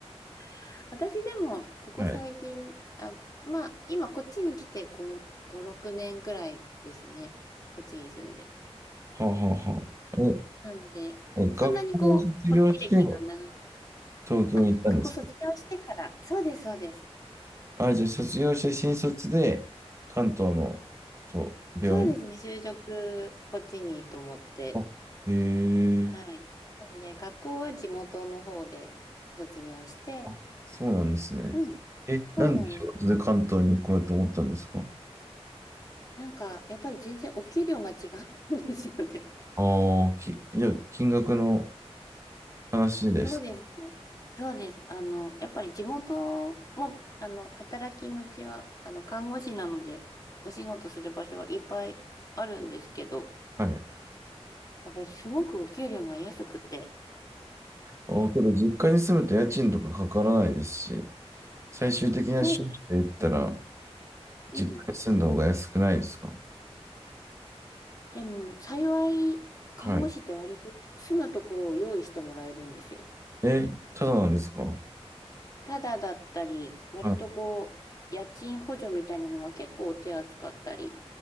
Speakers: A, on the left; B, on the right.
A: <laughs> 私でも、ここ最近、
B: はい。
A: あ、まあ、今こっちに来て5、5、6年くらいですね。こっちに住んで。
B: ほうほうほう。
A: なので、
B: え、え学校を卒業して
A: そんなにこう、こっち歴が長い。
B: 東京に行ったんですか
A: あ、学校卒業してから。そうです、そうです。
B: あ、じゃあ卒業して新卒で関東のと病院
A: そうですね、就職、こっちにと思って。
B: あ、へえ。
A: はい。なので、学校は地元の方で卒業して、
B: あそうなんですね。
A: うん、
B: え、
A: そうなんです。
B: なんで仕事で関東に行こうと思ったんですか
A: なんか、やっぱり全然お給料が違うんですよね。
B: ああ、き、じゃあ、金額の話です
A: そうですね。そうです。あの、やっぱり地元も、あの、働き口は、あの、看護師なので、お仕事する場所はいっぱいあるんですけど、
B: か。はい。
A: やっぱりすごくお給料が安くて。
B: ああ、けど、実家に住むと家賃とかかからないですし、最終的な収支で言ったら、
A: そうです。うん。
B: 実家に住んだ方が安くないですか
A: でも、幸い、
B: はい。
A: 看護師って割と住むところを用意してもらえるんですよ。
B: え、ただなんですか
A: ただだったり、割とこう、
B: はい。
A: 家賃補助みたいなのが結構手厚かったり、